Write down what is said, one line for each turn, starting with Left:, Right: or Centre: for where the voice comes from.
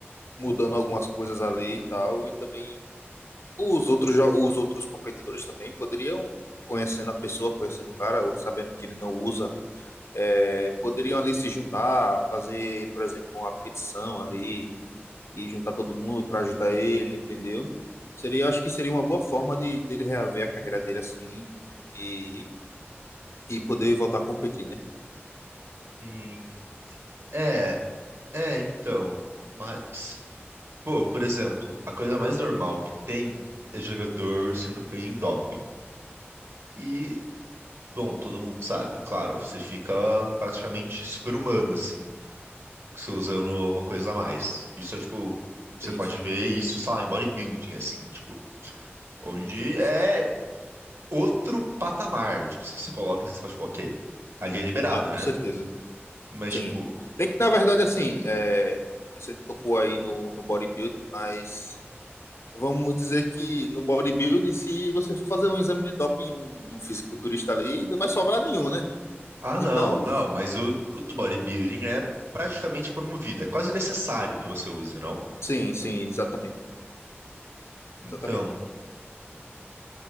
Left: mudando algumas coisas ali e tal, e também Os outros, jo- os outros competidores também poderiam, conhecendo a pessoa, conhecendo o cara, ou sabendo que ele não usa, é, poderiam ali se juntar, fazer, por exemplo, uma petição ali e juntar todo mundo para ajudar ele, entendeu? Seria, acho que seria uma boa forma de dele reaver a carreira dele assim e, e poder voltar a competir, né?
Right: Sim. É, é, então, mas, pô, por exemplo, a coisa mais normal que tem é jogador sendo pego em doping. E, bom, todo mundo sabe, claro, você fica praticamente super-humano, assim. você usando alguma coisa a mais. Isso é tipo, você
Left: Sim,
Right: pode
Left: sim,
Right: ver isso, sei lá, em bodybuilding, assim, tipo, onde
Left: sim, sim,
Right: é
Left: sim, sim.
Right: outro patamar. Tipo, você se coloca assim, você fala, tipo, ok, ali é liberado,
Left: Ah, com
Right: né?
Left: certeza.
Right: Mas,
Left: Sim.
Right: tipo,
Left: Tem que, na verdade, assim, é, você tocou aí no, no bodybuilding, mas vamos dizer que no bodybuilding, se você for fazer um exame de doping, um, um fisiculturista ali, não vai sobrar nenhum, né?
Right: ah,
Left: Então,
Right: não, não, mas o, o do bodybuilding é praticamente promovido. É quase necessário que você use, não?
Left: sim, sim, exatamente.
Right: Então,
Left: Exatamente.